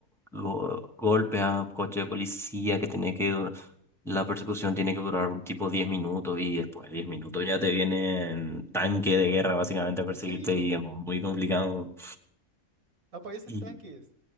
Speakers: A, in the centre; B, on the right.
A: go- golpe a coche de policía que tiene que dur- La persecución tiene que durar tipo 10 minutos y después de 10 minutos ya te vienen tanque de guerra básicamente a perseguirte
B: en serio,
A: y es muy complicado.
B: aparecen
A: Y
B: tanques.